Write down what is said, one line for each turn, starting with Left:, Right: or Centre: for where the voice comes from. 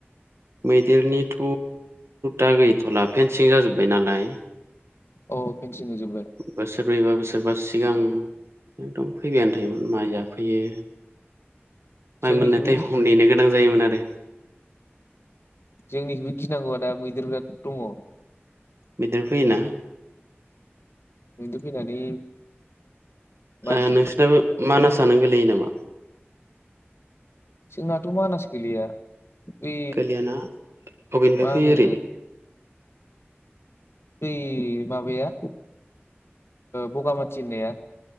Right: मैदेरनिथ' दा गैथ'ला फेनसिं जाजोब्बाय नालाय
Left: अ फेनसिं होजोबबाय
Right: बोसोरब्रैबा बोसोरबा सिगां एकदम फैबायानो थायोमोन माइ जाफैयो माइ
Left: जोंनिखिबो
Right: मोननाय ताइमाव
Left: गि-
Right: नेनो गोनां जायोमोन आरो।
Left: जोंनिखौबो गिनांगौआ दा मैदेर बिराद दङ।
Right: मैदेर फैयोना।
Left: मैदेर फैनानै मानसि
Right: ओ नोंसिनाबो मानासानो गोलैयो नामा?
Left: जोंनाथ' मानास गैलिया बै
Right: गोलैया ना अबेनिफ्राय
Left: मा
Right: फैयो
Left: होनो
Right: ओरैनो
Left: बै माबाया बगामाथि होननाया।